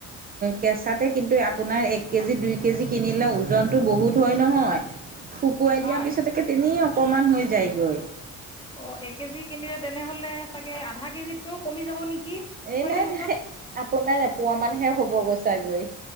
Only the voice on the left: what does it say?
হয়
অঁ এক কেজি কিনিলে তেনেহলে চাগে আধা কেজিতকৈও কমি যাব নেকি? শুকুৱাই
দিয়া
পাছত